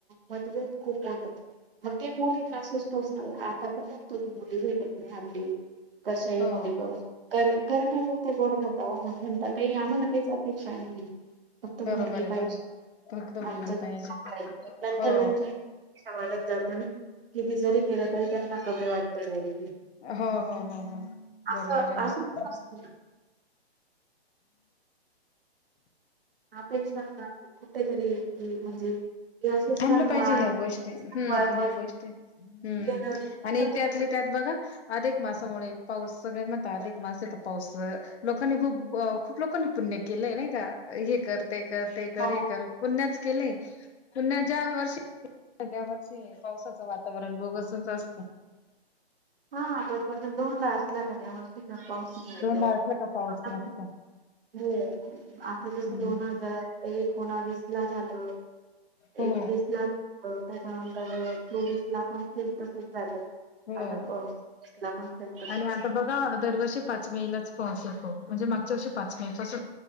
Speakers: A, on the right; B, on the left.
A: मतभेत खूप होतात. मग ते मुलींना <unintelligible> मुली भेटत नाही हल्ली कशाही
B: हो
A: मुली करून, करण्या पुरते गोड राहता म्हणणता काही आम्हाला काहीच अपेक्षा नाही फक्त
B: बरोबर
A: मुलगी
B: आहे
A: पाहिजे
B: बरोबर फक्त मुलगी
A: आमच नंतर
B: पाहिजे हो
A: त्यांच्या अपेक्षा वाढत जाता ना किती जरी केलं तरी त्यांना कमी वाटतं डायरेक्ट
B: हो हो हो हो
A: असं
B: बरोबर आहे
A: असं
B: ना
A: असत अपेक्षा कुठेतरी म्हणजे हे असे
B: थांबलं
A: सणवार
B: पाहिजे ह्या गोष्टी, हम्म,
A: सणवार
B: ह्या गोष्टी, हम्म
A: ह्या
B: आणि
A: गोष्टी
B: त्यातले त्यात बघा अधिक मास त्यामुळे पाऊस सगळ म्हणता अधिक मासाचा पाऊस, लोकांनी, खूप लोकांनी पुण्य केलंय नाही का? हे कर ते कर, ते कर,
A: हो
B: हे कर, पुण्याच केलंय. पुनण्यात ज्या वर्षी त्या वर्षी पावसाचं वातावरण बोगसच असतं.
A: हा <unintelligible> धोडा असला का त्यावर्षी पाऊस नाही येत
B: दोनदा
A: एवढा
B: असलं का पाऊस नसतो
A: आ हो आता जस
B: हम्म
A: दोन हजार एकोणावीस ला झालं
B: हो
A: एकवीसला <unintelligible> तर चोवीस ला पण सेम तसच झालं.
B: हो.
A: आता ला पण तसच
B: आणि आता बघा दरवर्षी पाच मे लाच पाऊस येतो. म्हणजे मागच्या वर्षी पाच मे पासून